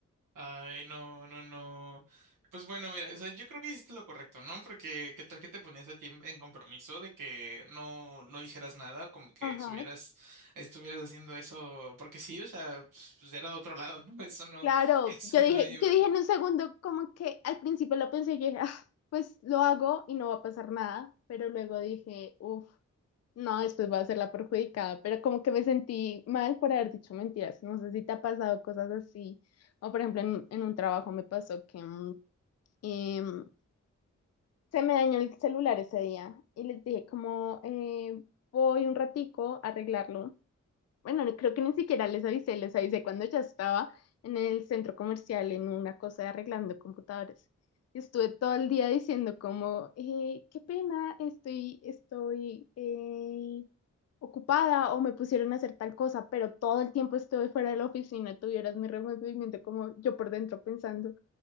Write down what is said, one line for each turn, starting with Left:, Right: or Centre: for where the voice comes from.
Right: Ay, no, no, no. Pues bueno, mira, o sea, yo creo que hiciste lo correcto, ¿no? Porque qué tal que te ponías a ti en en compromiso de que no, no dijeras nada, como que
Left: Ajá.
Right: subieras, estuvieras haciendo eso, porque sí, o sea, pues, pues, era otro lado, <laughs> ¿no? Eso no,
Left: Claro,
Right: <laughs> eso
Left: yo dije,
Right: no iba.
Left: yo dije en un segundo, como que al principio lo pensé, yo dije, "Ah, pues lo hago y no va a pasar nada, pero luego dije, uff, no, después va a ser la perjudicada, pero como que me sentí mal por haber dicho mentiras, no sé si te ha pasado cosas así, o por ejemplo en, en un trabajo me pasó que mm, em, se me dañó el celular ese día y les dije como, eh, voy un ratico a arreglarlo bueno, no- creo que ni siquiera les avisé, les avisé cuando ya estaba en el centro comercial en una cosa de arreglando computadores. Y Estuve todo el día diciendo como, eh, qué pena, estoy, estoy eh, ocupada o me pusieron a hacer tal cosa, pero todo el tiempo estuve fuera de la oficina, tuvieras mi removimiento como yo por dentro pensando,